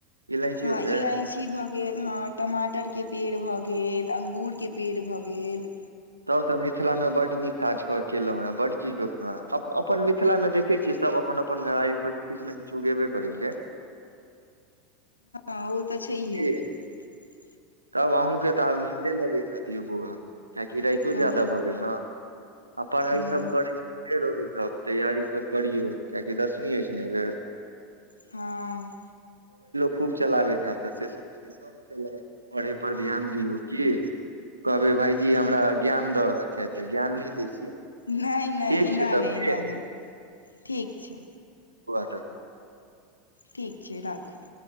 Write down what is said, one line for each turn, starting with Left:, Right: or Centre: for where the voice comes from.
Right: इलायचियो
Left: हँ
Right: के
Left: इलायची भऽ गेल। हँ टमाटरके पेड़ भऽ गेल। तऽ अंगूरके पेड़ भऽ गेल।
Right: तब तऽ मिथिलामे बड्ड नीक काजऽ केलहुँ हेँ बड्ड चीज रोपलहुँ हेँ। अपन मिथिलामे देखै छियै सभ अपन-अपन घराइ पर किछु ने किछु उगेबे करै छै।
Left: आओर तऽ छैहे।
Right: की
Left: <unintelligible>
Right: तब अहूँके तऽ आब नीन्दे लगै ह बोआ। <unintelligible> कियाकि राइतो
Left: हमरो
Right: जादा भऽ गेल ने- आ पढ़ाइ
Left: हूँ
Right: सभ करी। निके रहू तब तैयारी सब करियौ कियकि दसमी अछि ने एहि बेेर।
Left: हँ
Right: खूब चलाबैत हेत तऽ से सब कने सब केलक। पढ़ै पर ध्यान दियऔ कि? कहबै भाईजी हमरा
Left: ठीक
Right: ज्ञान द रहल छैत तऽ ज्ञान नहि दै छी।
Left: नहि नहि
Right: ठीक
Left: एना
Right: छै तब
Left: नहि एना
Right: की
Left: नहि ठीक छै।
Right: तऽ
Left: ठीक छै राखू।